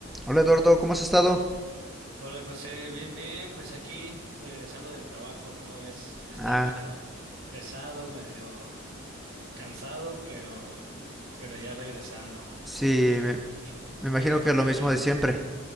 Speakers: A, in the centre; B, on the right.
A: Hola Eduardo, ¿cómo has estado?
B: Hola José, bien, bien, pues aquí regresando del trabajo, ¿cómo ves? Estaba
A: Ah,
B: medio pesado, medio cansado, pero, pero ya regresando.
A: sí,
B: Fí-
A: me, me imagino
B: Fíjate
A: que es
B: que
A: lo mismo de siempre.